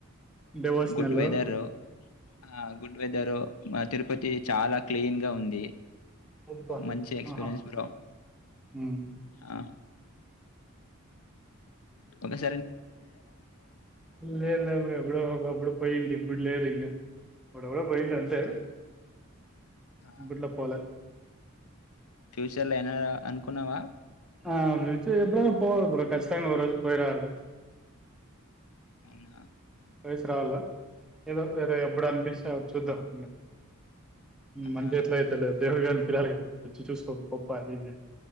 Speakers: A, in the centre; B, on the left.
A: devotional
B: good weather ఆ గుడ్ వెదరు. బా తిరుపత్. టే చాలా క్లీన్ గా ఉంది.
A: అబ్బా
B: మంచి ఎక్స్పీరియన్స్
A: ఆహా
B: బో
A: హ్మ్
B: ఆ. ఓనిస్.
A: లే లే లే ఎప్పుడో ఒకప్పుడు పోయింది. ఇప్పుడ్ లేదింక ఎప్పుడో. ఎప్పుడో పోయింది అంతే
B: అవునా! ఆ!
A: ఇప్పట్లో పోలే.
B: ఫ్యూచర్ లైనా అనుకున్నావా.
A: ఆ ఫ్యూచర్ లో పోవాలే ఖచ్చితంగా ఒకరోజు పోయిరావలే.
B: అవునా.
A: వయసు రావాలా ఏదో ఏదో ఎప్పుడ్ అనిపిస్తే అప్పుడు చూద్దాం ఇగ.
B: ఆహా!
A: మంచిగా ఎట్ల అయితే అట్లా. దేవరు గాని <unintelligible> వచ్చి చూసుకోండి గొప్ప అది ఇది అని.